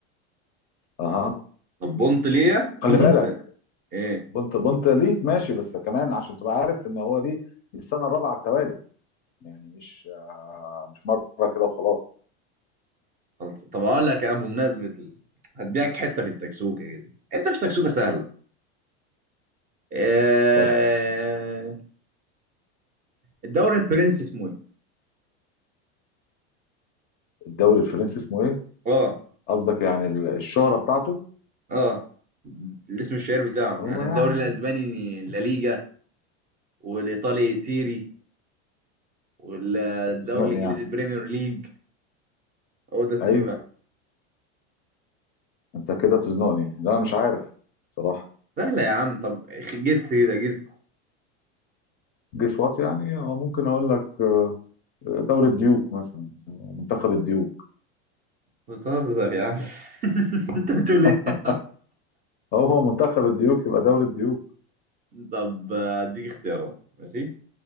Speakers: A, on the left; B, on the right.
A: اها
B: طب بونت ليه <laughs>
A: خلي
B: بونت
A: بالك
B: ايه
A: بنت بنت ليك ماشي بس كمان عشان تبقى عارف ان هو دي دي السنه الرابعه على التوالي يعني مش آه، مش مره كده وخلاص
B: خلاص طب اقول لك انا بمناسبه ال- هديك حته في السكسوكه كده حته في السكسوكه سهله آه...
A: اتفضل
B: الدوري الفرنسي اسمه ايه؟
A: الدوري الفرنسي اسمه ايه
B: اه
A: قصدك يعني ال- الشهره بتاعته
B: اه الاسم الشهير بتاعه
A: هو
B: يعني
A: يعني
B: الدوري الاسباني لا ليجا والايطالي سيري والدوري
A: آه، انت بتزنقني
B: الانجليزي
A: يعني
B: البريمير ليج هو ده اسمه
A: ايوه
B: ايه بقى؟
A: انت كده بتزنقني لا مش عارف صراحه
B: سهله يا عم طب جس كده جس
A: جس وات يعني هو ممكن اقول لك آه، دوري الديوك مثلا منتخب الديوك
B: بتهزر يا عم <laughs> انت بتقول
A: <laughs>
B: ايه؟
A: هو منتخب الديوك يبقى دوري الديوك
B: طب آه، اديك اختيارات ماشي